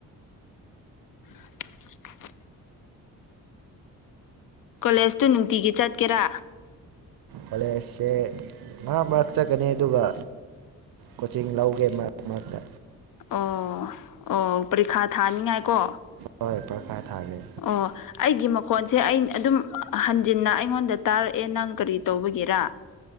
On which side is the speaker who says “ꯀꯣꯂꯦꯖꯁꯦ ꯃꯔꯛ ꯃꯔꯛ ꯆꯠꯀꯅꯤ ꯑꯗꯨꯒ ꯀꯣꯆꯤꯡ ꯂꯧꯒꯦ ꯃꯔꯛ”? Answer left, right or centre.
Right